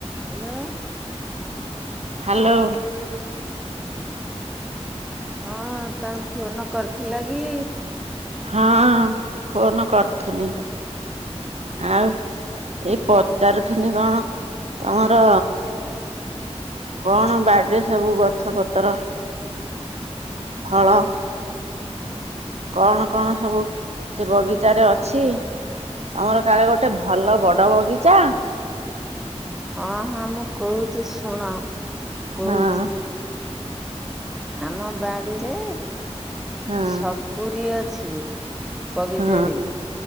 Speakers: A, in the centre; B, on the right.
A: ହ୍ୟାଲୋ
B: ହ୍ୟାଲୋ
A: ହଁ ତମ ଫୋନ୍ କରି ଥିଲ କି?
B: ହଁ ଫୋନ୍ କରୁଥୁନି ଆଉ ଏଇ ପଚାରୁଥନି କଣ ତମର କଣ ବାଡିରେ ସବୁ ଗଛ ପତ୍ର ପତ୍ର ଫଳ କଣ କଣ ସବୁ ସେ ବଗିଚାରେ ଅଛି ତମର କାଳେ ଗୋଟେ ଭଲ ବଡ ବଗିଚା
A: ହଁ ହଁ ମୁଁ କହୁଛି ଶୁଣ କହୁଛି
B: ହଁ
A: ଆମ ବାଡିରେ
B: ହଁ
A: ସପୁରୀ ଅଛି। <unintelligible> ବଗିଚା
B: ହଁ
A: ରେ